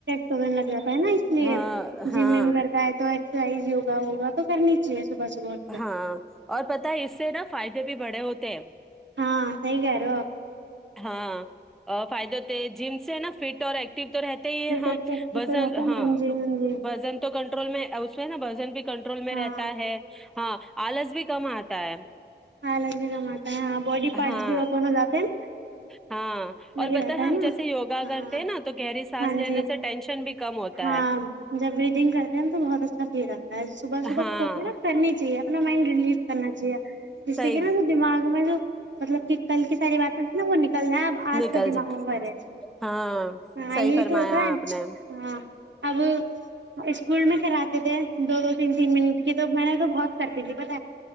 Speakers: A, on the right; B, in the centre.
A: تو لگ جاتا ہے نا اس لیے
B: ہاں ہاں
A: جم وم کرتا ہے تو رائز یوا ووگا تو کرنی چاہیے صبح صبح اٹھ کر
B: ہاں اور پتا ہے اس سے نا فائدے بھی بڑھ بڑے ہوتے
A: ہاں صحیح کہہ رہے ہو آپ
B: ہاں فائدہ تو جم سے نا فٹ اور ایکٹو تو رہتے ہی ہم
A: رہتا ہے
B: وز ہاںزن
A: ہاں جی ہاں جی
B: تو کن میں اس میں نا بجن بھیک کنٹرول میں
A: ہاں
B: رہتا ہے ہاں آلس بھی کم آتا ہے
A: ہاں ل بھی کم آتا ہے ہاں باڈی پارٹس
B: ہاں
A: بھی وپر ہو جاتے ہیں
B: ہاں
A: وہی
B: اور بت
A: رہتا ہے
B: ہم
A: نا
B: جیسے یوگا
A: ہاں
B: کرتے ہیں نا تو گہری سانس
A: ہاں
B: لینے
A: جی
B: سے ٹینشن بھی کم ہوتا
A: ہاں
B: ہے
A: جب بریدنگ کرتے ہیں نا تو بہت اچھا جا ب صبح صبح
B: ہاں
A: کھوک نا کرنی چاہیے اپنا مائنڈ ریلیف کرنا چاہیے جس
B: صحیح
A: سے کہ نا دماغ میں جو مطلب کہ کل کی ساری باتیں تھی نا وہ نکل جائے اب آج
B: نکل
A: کا دماغوں
B: جائے
A: بھر ہے
B: ہاں
A: ہاں
B: صحیح
A: یہی
B: فرمایا
A: تو ہوتا ہے
B: آپ نے
A: ہاں اسکول کہراتے تھے دو دو تین تین منٹ کے تو میں نے تو بہت کر کے ت بت